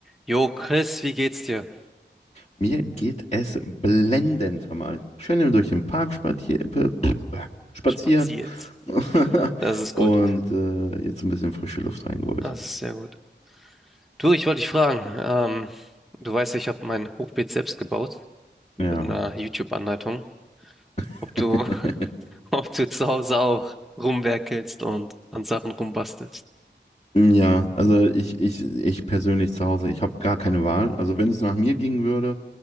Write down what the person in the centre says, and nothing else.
Jo, Chris, wie geht's dir?
Spaziert.
Das ist
gut.
Das ist sehr gut. Du, ich wollte dich fragen, ähm, du weißt, ja, ich habe mein Hochbeet selbst gebaut mit
einer YouTube-Anleitung.
Ob du, <laughs> ob du zu Hause auch rumwerkelst und an Sachen rumbastelst.